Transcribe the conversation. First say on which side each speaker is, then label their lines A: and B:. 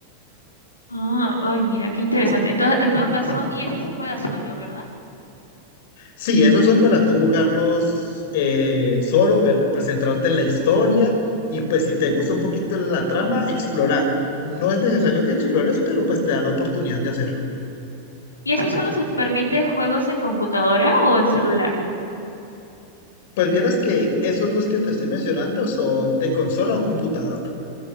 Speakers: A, on the left; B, on the left.
A: Ah, ay, mira, qué interesante. Entonces, en todo caso, y eso se juega solo, ¿verdad?
B: Sí, esos son para tú jugarlos eh, solo, ver, presentarte en la historia y pues si te gusta un poquito la trama, explorar. No es necesario que
A: Mm.
B: explores, pero pues te da la oportunidad de hacerlo.
A: ¿Y eso solo se permite juegos en computadora o en celular?
B: Pues vieras que esos dos que te estoy mencionando son de consola o computador.